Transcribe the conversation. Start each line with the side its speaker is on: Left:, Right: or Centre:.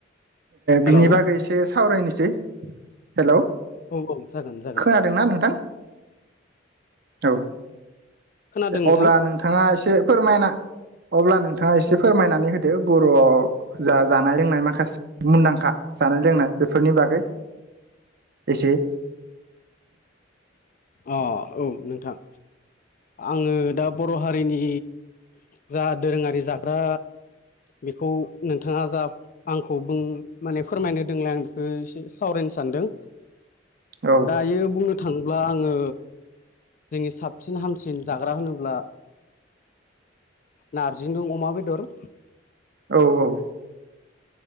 Left: हेलौ
Right: बिनि बागै एसे सावरायनोसै हेल'
Left: औ औ जागोन जागोन
Right: खोनादोंना नोंथां औ
Left: खोनादों नोंथां
Right: अब्ला नोंथाङा एसे फोरमायना अब्ला नोंथाङा एसे फोरमायनानै होदो बर'आव जा जानाय लोंनाय माखासे मुंदांखा जानाय लोंनाय बेफोरनि बागै एसे
Left: आ औ नोंथां। आङो दा बर' हारिनि जा दोरोङारि जाग्रा बेखौ नोंथाङा जा आंखौ बुं माने फोरमायनो होदों आं बेखौ एसे सावरायनो सानदों
Right: औ
Left: दायो बुंनो थाङोब्ला दा आङो जोंनि साबसिन हामसिन जाग्रा होनोब्ला नारजिजों अमा बेदर
Right: औ औ।